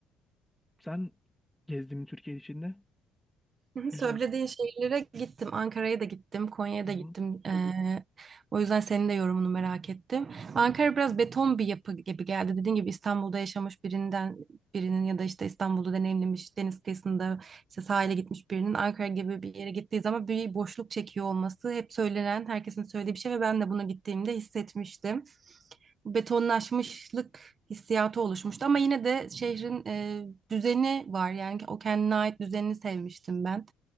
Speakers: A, in the centre; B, on the right (about 30°).
A: Sen gezdin mi Türkiye içinde?
B: Hı hı,
A: Güzel.
B: Söylediğin şehirlere gittim. Ankara'ya da gittim. Konya'ya
A: Hı
B: da
A: hı.
B: gittim. Ee, o yüzden senin de yorumunu merak ettim. Ankara biraz beton bir yapı gibi geldi. Dediğin gibi İstanbul'da yaşamış birinden birinin ya da işte İstanbul'u deneyimlemiş, deniz kıyısında işte sahile gitmiş birinin Ankara gibi bir yere gittiği zaman bir boşluk çekiyor olması hep söylenen, herkesin söylediği bir şey ve ben de buna gittiğimde hissetmiştim betonlaşmışlık hissiyatı oluşmuştu ama yine de şehrin e, düzeni var yani o kendine ait düzenini sevmiştim ben.